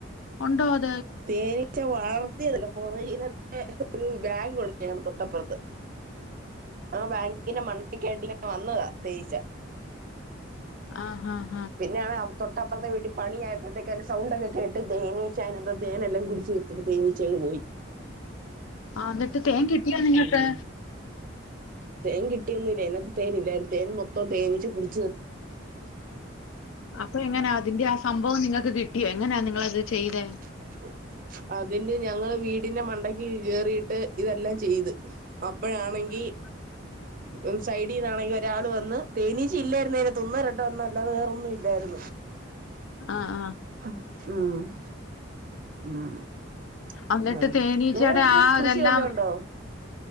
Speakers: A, on the left; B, on the right.
A: ഒണ്ടോ അത്
B: തേനീച്ച വളർ യതല്ല പോറകിലത്തെ ഒരു വാങ്കുണ്ട് ഞങ്ങടെ തൊട്ടപ്പുറത്ത് ആ വാങ്കിന്റെ മണ്ടക്കായിട്ട് ങ്ങനെ വന്നതാ തേനീച്ച.
A: ആഹ്ഹ
B: പിന്നെയാണ് അവ തൊട്ടപ്പുറത്തെ വീട്ടി പണിയായപ്പോഴത്തേക്ക് അയിന്റെ സൗണ്ടൊക്കെ കേട്ട് തേനീച്ചഅയ്ന ത്തെ തേനെല്ലാം കുടിച്ച് തീർത്തിട്ട് തേനീച്ചയങ് പോയി.
A: ആ എന്നിട്ട് തേൻ കിട്ടിയോ നിങ്ങക്ക്?
B: ഉം തേൻ കിട്ടിയൊന്നുംല്ല. ഇനകത്ത് തേൻ ഇല്ലായിരുന്ന് തേൻ മൊത്തം തേനിച്ച് കുടി
A: അപ്പൊ എങ്ങനാ ത് തിന്റെ ആ സംഭവം നിങ്ങൾക്ക് കിട്ടിയോ എങ്ങനെയാ നിങ്ങളത് ചെയ്തെ?
B: <unintelligible> അതിന്റെ ഞങ്ങള് വീടിന്റെ മണ്ടയ്ക്ക് കയറീട്ട് ഇതെല്ലാം ചെയ്ത് അപ്പഴാണെങ്കി
A: <unintelligible>
B: ഉം സൈഡീന്നാണെങ്കി ഒരാൾ വന്ന് തേനീച്ച ഇല്ലായിരുന്ന് അതിനാത്ത് ഒന്നോ രണ്ടോ എണ്ണം അല്ലാതെ വേറൊന്നും ഇല്ലാര്ന്ന്.
A: ആ, ആ.
B: ഉം ഉം ഉം
A: എന്നിട്ട് തേനീച്ചയുടെ
B: നിങ്ങളെ വീട്ടില്
A: ആ
B: കൃഷി
A: ഇതെല്ലാം
B: വല്ലോണ്ടോ?